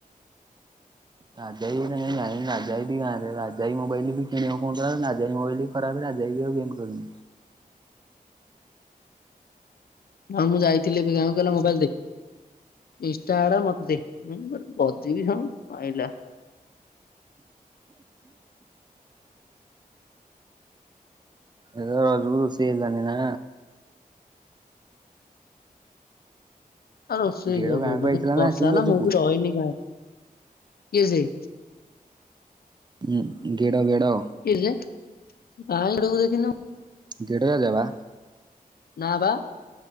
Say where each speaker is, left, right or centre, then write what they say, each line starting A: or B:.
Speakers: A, on the right (about 30°); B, on the left (about 80°).
A: ରାଜା ଭାଇ ଅଇନା ଯାଇ ଗାଁରେ ରାଜା ଭାଇ ଟି ଗାଁରେ ରାଜା ଭାଈ ମୋବାଇଲ କିଣିବ ବୋଲି କହୁଥିଲା। ରାଜାଭାଇ ମୋବାଇଲ୍ ଖରାପ ରାଜା ଭାଇବି ଆଉ ଗେମ୍ ଖେଳୁନି।
B: ହଁ ମୁଁ ଯାଇଥିଲି ଏବେ ଗାଁକୁ କହିଲା ମୋବାଇଲ ଦେ। ଇନଷ୍ଟା ଆଡା ମତେ ଦେ ମୁଁ କହିଲି, ବଜେଇବି ଶଳାକୁ ଆଇଲା।
A: ଏଥର ରଜକୁ ରୋଷେଇ ହେଲାନି ନା?
B: ଆଉ ରୋଷେଇ
A: ଗେଡ
B: କଉଠି
A: ଗାଁକୁ
B: ହେଲା,
A: ଆଇଥିଲା ନା
B: ବର୍ଷା
A: ଆସିନି
B: ହେଲା
A: ରଜକୁ।
B: ମୁଁ ବି ରହିନି ଗାଁରେ କିଏ ସେ?
A: ହୁଁ ଗେଡ଼, ଗେଡ଼।
B: କିଏ ଯେ, <inaudible>
A: ଗେଡ଼ ରାଜା ବା।
B: ନା ବା।